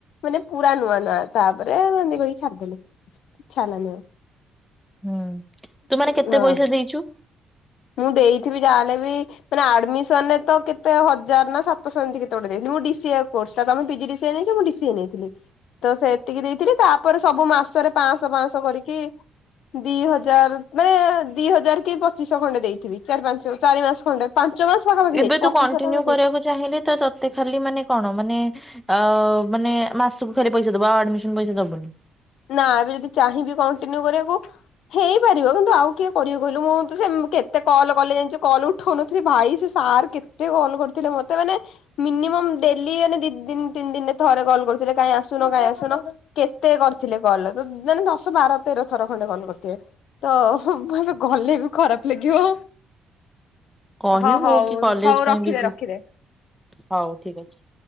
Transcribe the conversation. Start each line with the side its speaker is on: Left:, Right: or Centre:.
Left: ମାନେ ପୁରା ନୂଆ ନୂଆ ତାପରେ ଏମିତ କରିକି ଛାଡିଦେଲି। ଇଚ୍ଛା ହେଲା ନି ଆଉ।
Centre: ହୁଁ ତୁ ମାନେ
Left: ଆଉ।
Centre: କେତେ
Left: ହଁ
Centre: ପଇସା ଦେଇଚୁ?
Left: ମୁଁ ଦେଇଥିବି ଯାହାେଲେ ବି ମାନେ ଆଡମିସନ ରେ ତ କେତେ ହଜାର ନା ସାତଶହ ଏମିତି କେତେଗୋଟେ ଦେଇଥିଲ ମୁଁ ଡିସିଏ କୋର୍ଷ ଟା ତମେ ପ ଜି ଡି ସି ଏ ଦେଇଛ ମୁଁ ସିଏ ନେଇଥିଲି ତ ସେ ଏତିକି ଦେଇଥିଲି ତାପରେ ସବୁ ମାସରେ ପାଁଶ ପାଁଶ କରିକି ଦି ହଜାର ମାନେ ଦି ହଜାର କି ପଚିଶହ ଖଣ୍ଡେ ଦେଇଥିବି ଚାରି ପାଞ୍ଚ ଚାରି ମାସ ଖଣ୍ଡେ ପାଞ୍ଚ ମାସ ପାଖାପାଖି
Centre: ଏବେ
Left: ଯାଇଛି
Centre: ତୁ
Left: ପଚିଶହ
Centre: କଣ୍ଟିନ୍ୟୁ
Left: ଟଙ୍କା ଦେଇଛି।
Centre: କରିଆକୁ ଚାହିଁଲେ ତ ତତେ ଖାଲି ମାନେ କଣ ମାନେ? ଅ ମାନେ ମାସକୁ ଖାଲି ପଇସା ଦବ ଆଉ ଆଡମିସନ ପଇସା ଦବୁନି।
Left: ନା ଏବେ ଯଦି ଚାହିଁବି କଣ୍ଟିନ୍ୟୁ କରିଆକୁ। ହେଇପାରିବ କିନ୍ତୁ ଆଉ କିଏ କରିବି କହିଲୁ ମୁଁ ତ ସେ କେତେ କଲ୍ କଲେ ଜାଣିଛ କଲ୍ ଉଠଉନଥିଲି ଭାଇ ସେ ସାର୍ କେତେ କଲ୍ କରିଥିଲେ ମତେ ମାନେ ମିନିମମ୍ ଡେଲି ମାନେ ଦି ଦିନ ତିନି ଦିନରେ ଥରେ କଲ୍ କରୁଥିଲେ କାାଇଁ ଆସୁନ କାଇଁ ଆସୁନ। କେତେ କରିଥିଲେ କଲ ତ ମାନେ ଦଶ ବାର ତେର ଥର ଖଣ୍ଡେ କଲ୍ କରିିଥିବେ। ତ ମୁ ଏବେ ଗଲେ ବି ଖରାପ ଲାଗିବ।
Centre: କହିବୁ
Left: ହଁ ହଉ
Centre: କି କଲେଜ
Left: ହଉ
Centre: ପାଇଁ
Left: ରଖିଦେ
Centre: ବି
Left: ରଖିଦେ।
Centre: ହଉ ଠିକ ଅଛି।